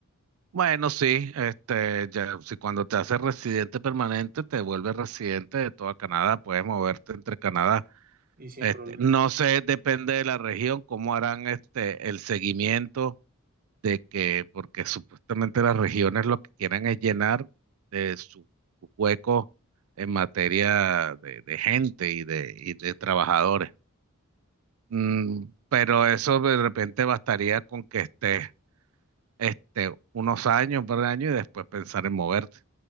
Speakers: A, on the right (about 75°); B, on the right (about 40°).
A: bueno, sí, este, ya, si cuando te haces residente permanente, te vuelves residente de toda Canadá, puedes moverte entre Canadá.
B: Y sin
A: Este,
B: problema.
A: no sé, depende de la región, cómo harán este, el seguimiento de que, porque supuestamente las regiones lo que quieren es llenar de sus huecos en materia de, de gente y de, y de trabajadores. Mm, pero eso de repente bastaría con que estés este, unos años, un par de años y después pensar en moverte.